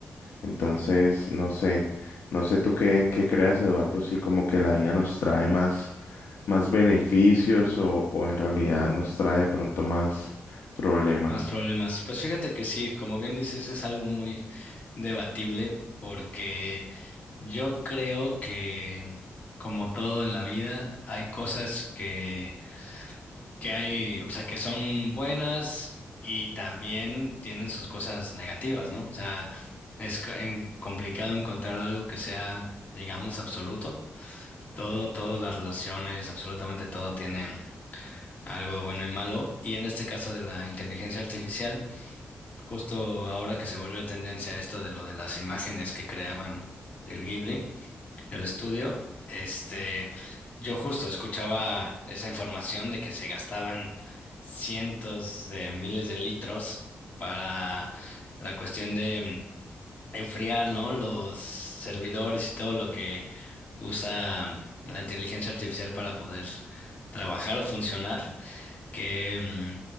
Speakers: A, on the left (about 75°); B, on the left (about 40°).
A: Entonces, no sé, no sé tú qué, qué creas, Eduardo, si como que la IA nos trae más, más beneficios o, o en realidad nos trae de pronto más problemas.
B: más problemas. Pues fíjate que sí, como bien dices, es algo muy debatible porque yo creo que, como todo en la vida, hay cosas que, que hay, o sea, que son buenas y también tienen sus cosas negativas, ¿no? O sea, es co- en- complicado encontrar algo que sea, digamos, absoluto. Todo, todas las relaciones, absolutamente todo tiene. algo de bueno y malo. Y en este caso de la inteligencia artificial, justo ahora que se volvió tendencia esto de lo de las imágenes que creaban del Ghibli, del estudio, este, yo justo escuchaba esa información de que se gastaban cientos de miles de litros para la cuestión de enfriar, ¿no? Los servidores y todo lo que usa la inteligencia artificial para poder trabajar o funcionar que mm,